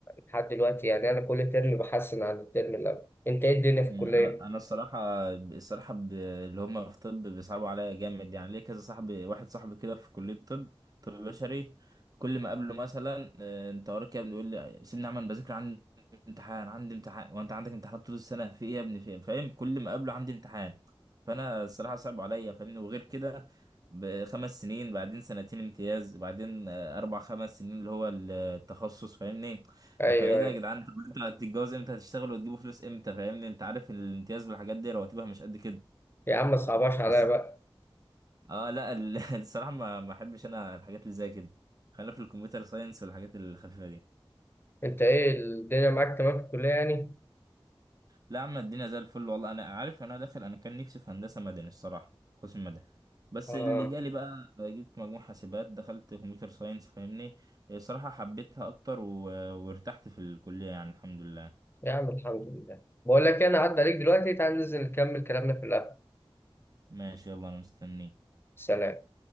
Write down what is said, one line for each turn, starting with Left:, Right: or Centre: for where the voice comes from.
Left: لحد دلوقتي يعني أنا كل ترم بحسن عن الترم اللي قبل أنت إيه الدنيا في
Right: يعني
Left: الكلية؟
Right: انا أنا الصراحه الصراحه ب- اللي هم في طب بيصعبوا عليا جامد يعني ليه كذا صاحبي واحد صاحبي كده في كليه طب طب بشري كل ما اقابله مثلا آه، انت وراك إيه يا ابني يقول لي سيبني اعمل بذاكر عندي امتحان عندي امتحان وانت عندك امتحانات طول السنه في ايه يا ابني في إيه؟ فاهم كل ما اقابله عندي امتحان فانا الصراحه صعب عليا فاهمني وغير كده بخمس سنين بعدين سنتين امتياز بعدين آه، اربع خمس سنين اللي هو التخصص فاهمني
Left: أيوه
Right: فايه ده
Left: أيوه
Right: يا جدعان طب انتوا هتتجوز امتى هتشتغلوا وتجيبوا فلوس امتى فاهمني انت عارف الامتياز والحاجات دي رواتبها مش قد كده
Left: يا عم ما تصعبهاش عليا
Right: بس
Left: بقى
Right: اه لا ال- <laughs> الصراحه ما ما احبش انا الحاجات اللي زي كده خلينا في الكمبيوتر ساينس والحاجات الخفيفه دي
Left: أنت إيه الدنيا معاك تمام في الكلية يعني؟
Right: لا يا عم الدنيا زي الفل والله انا عارف انا داخل انا كان نفسي في هندسه مدني الصراحه قسم مدني بس
Left: آه
Right: اللي جالي بقى جبت مجموع حاسبات دخلت كمبيوتر ساينس فاهمني الصراحه حبيتها اكتر و... وارتحت في الكليه يعني الحمد لله
Left: يا عم الحمد لله بقول لك إيه، أنا عدى عليك دلوقتي تعال ننزل نكمل كلامنا في القهوة
Right: ماشي يلا انا مستنيك
Left: سلام